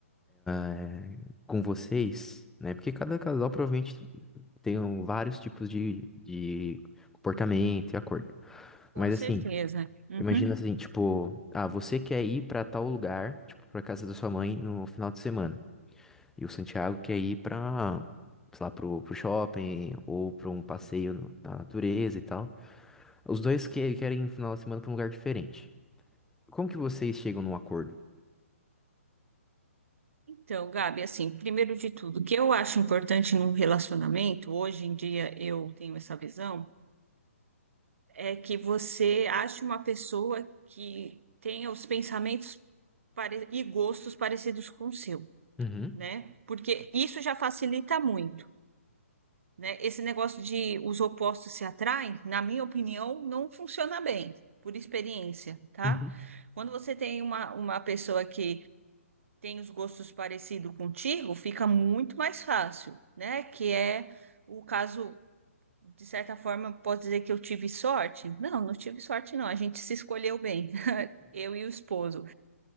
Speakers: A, in the centre; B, on the right (about 65°).
A: eh, com vocês, né? Porque cada casal provavelmente tem um- vários tipos de, de comportamento e acordo. Mas
B: Com certeza.
A: assim,
B: Uhum.
A: imagina Uhum. assim, tipo, ah, você quer ir pra tal lugar, tipo, pra casa da sua mãe no final de semana. E o Santiago quer ir pra, sei lá, pro, pro shopping ou pra um passeio no- na natureza e tal. Os dois que, querem ir no final de semana pra um lugar diferente. Como que vocês chegam num acordo?
B: Então, Gabi, assim, primeiro de tudo, o que eu acho importante num relacionamento, hoje em dia eu tenho essa visão, é que você ache uma pessoa que tenha os pensamentos pare- e gostos parecidos com o seu,
A: Uhum,
B: né? Porque isso já facilita muito, né? Esse negócio de os opostos se atraem, na minha opinião, não funciona bem, por experiência, tá?
A: uhum,
B: Quando você tem uma, uma pessoa que tem os gostos parecidos contigo, fica muito mais fácil, né? Que é o caso, de certa forma, posso dizer que eu tive sorte? Não, não tive sorte, não. A gente se escolheu bem, <laughs> eu e o esposo.